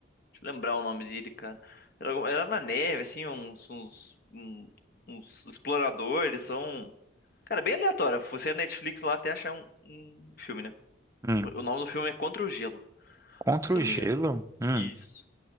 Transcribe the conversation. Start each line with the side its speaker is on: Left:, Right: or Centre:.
Left: Deixa eu lembrar o nome dele, cara. Era, algum- era na neve, assim, uns, uns, um- uns exploradores, são. Cara, bem aleatório. Você é Netflix lá até achar um, um filme, né?
Right: Hum.
Left: O o nome do filme é Contra o Gelo,
Right: Contra
Left: se
Right: o
Left: eu não
Right: gelo?
Left: me engano.
Right: Hum.
Left: Isso.